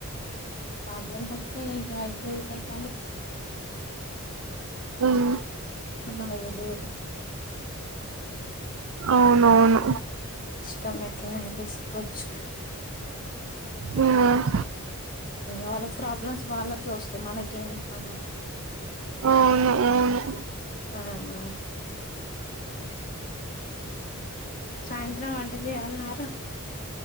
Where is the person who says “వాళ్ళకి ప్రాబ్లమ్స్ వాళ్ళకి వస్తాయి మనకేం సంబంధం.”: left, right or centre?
Left